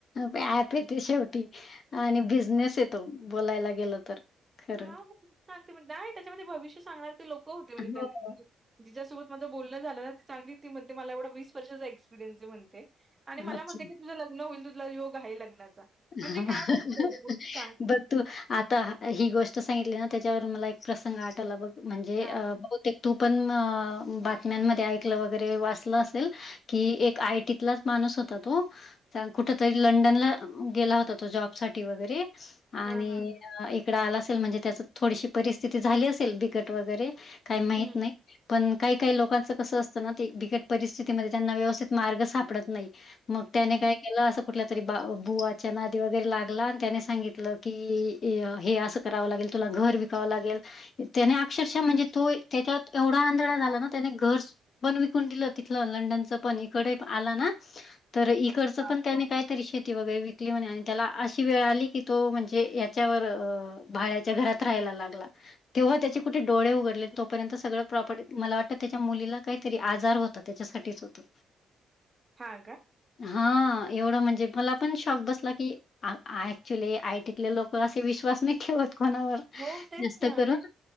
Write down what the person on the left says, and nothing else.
प येते शेवटी. आणि बिझनेस येतो बोलायला गेल तर. खरं
हो.
अच्छा
बस.
तू आता ही गोष्ट सांगितली ना त्याच्यावर मला एक प्रसंग आठवला बघ. म्हणजे
बहुतेक तू पण बातम्यांमध्ये ऐकलं वगैरे वाचलं असेल. की एक आयटीतलाच माणूस होता तो कुठ तरी लंडनला. गेला होता तो जॉब साठी वगैरे आणि.
इकड आला असेल म्हणजे त्याच थोडीशी परिस्थिती झाली असेल बिकट वगैरे काही माहीत
नाही. पण काही काही लोकांचं कसं असतं ना ते बिकट परिस्थितीमध्ये त्यांना व्यवस्थित मार्ग सापडत नाही. मग त्याने
काय केलं असं कुठल्या तरी बा बुवाच्या नादी वगैरे लागला आणि त्याने सांगितलं की हे असं करावं लागेल तुला घर ब. लागेल त्याने अक्षरशः म्हणजे तो त्याच्यात एवढा आंधळा झाला ना त्याने घर. पण विकून दिलं तिथलं लंडनच पण इकडे आला ना तर इकड
पण त्यानी काहीतरी श वगैरे विकली म्हणे आणि त्याला अशी वेळ आली की तो म्हणजे याच्यावर भाड्याच्या घरात राहायला लागला. तेव्हा त्याचे कुठे डोळे उघडले तोपर्यंत सगं प्रॉपर्टी मला वाटतं त्याच्या मुलीला काहीतरी आजार होत. आता त्याच्यासाठीच होतं.
हा एवढं म्हणजे मला पण शॉक बसला की ऍक्च्युली आयटीतले लोक असे विश्वास नाही ठेवत कोणावर.
जास्त
कर